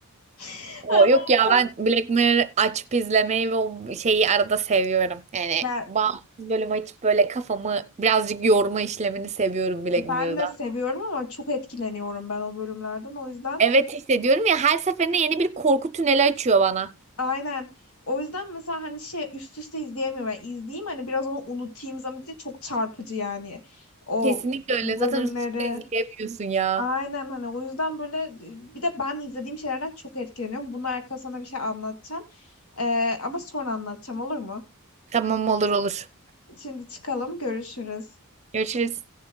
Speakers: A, on the left; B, on the right.
A: <laughs>
B: O
A: Ondan
B: yok ya
A: sonra-
B: ben Black Mirror açıp izlemeyi ve o şeyi arada seviyorum. Yani
A: Ya
B: bağımsız bölüm açıp böyle kafamı birazcık yorma işlemini seviyorum Black
A: ben
B: Mirror'da.
A: de seviyorum ama çok etkileniyorum ben o bölümlerden. O yüzden
B: Evet hissediyorum ya her seferinde yeni bir korku tüneli açıyor bana.
A: Aynen. O yüzden mesela hani şey üst üste izleyemiyorum. Yani izleyeyim hani biraz onu unutayım zaman diye çok çarpıcı yani o
B: Kesinlikle öyle.
A: bölümleri.
B: Zaten üst üste izleyemiyorsun ya.
A: Aynen hani o yüzden böyle e, bir de ben izlediğim şeylerden çok etkileniyorum. Bununla alakalı sana bir şey anlatacağım. Ee, ama sonra anlatacağım olur mu?
B: Tamam olur olur.
A: Şimdi çıkalım görüşürüz.
B: Görüşürüz.